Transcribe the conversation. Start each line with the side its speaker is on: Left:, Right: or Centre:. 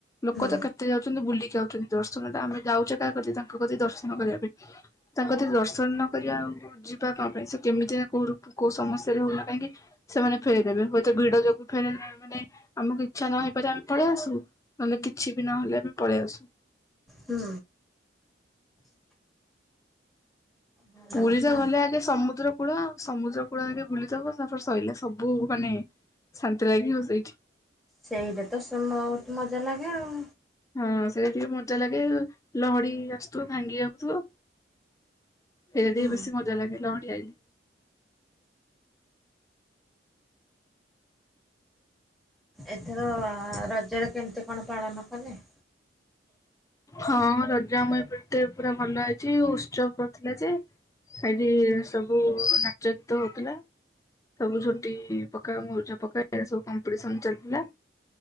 Left: ଲୋକ
Centre: ହୁଁ
Left: ତ କେତେ ଯାଉଚନ୍ତି ବୁଲିକି ଆଉଚନ୍ତି। ଦର୍ଶନଟା ଆମେ ଯାଉଚେ କାହା କତିକି ତାଙ୍କ କତିକି ଦର୍ଶନ କରିବା ପାଇଁ ତାଙ୍କ କତିକି ଦର୍ଶନ ନ କରିବା ଆଉ ଯିବା କଣ ପାଇଁ ସେ କେମିତିଆ କୋଉ ରୁପ କୋଉ ସମସ୍ୟାରେ ହୋଉନା କାହିଁକି ସେମାନେ ଫେରିଦେବେ ହୁଏତ ଭିଡ ଯୋଗୁ ଫେରେ ମାନେ ଆମକୁ ଇଛା ନ ହେଇପାରେ ଆମେ ପଳେଇ ଆସୁ ମାନେ କିଛି ବି ନହେଲେ ବି ପଳେଆସୁ।
Centre: ହୁଁ। ଭଲ
Left: ପୁରୀ
Centre: କଥା
Left: ତ ଗଲେ ଆଗେ ସମୁଦ୍ର କୂଳ ସମୁଦ୍ର କୂଳ ଆଗେ ବୁଲିଦବ ତାପରେ ସଇଲା ସବୁ ମାନେ ଶାନ୍ତି ଲାଗିବ ସେଇଠି।
Centre: ସେଇଟା ତ ସେ ବୋହୁତ ମଜା ଲାଗେ ଆଉ।
Left: ହଁ ସେଇ ଟିକେ ମଜା ଲାଗେ ଲହଡି ଆସୁଥୁବ ଭାଙ୍ଗି ଆସୁଥିବ। ସେଟା
Centre: ହୁଁ
Left: ଟିକେ ବେଶୀ ମଜା ଲାଗେ ଲହଡି ଆଇଲେ।
Centre: ଏଥର ରଜରେ କେମତି କଣ ପାଳନ କଲେ?
Left: ହଁ ରଜ ଆମ ଏପଟେ ପୁରା ଭଲ ଅଛି ଉତ୍ସବ ପଡ଼ିଥିଲା ଯେ ସେଇଠି ସବୁ ନାଚ ଗୀତ ହୋଉଥୁଲା। ସବୁ ଝୋଟି ପକା ମୁରୁଜ ପକା ଏରା ସବୁ କମ୍ପିଟିସନ ଚାଲିଥିଲା।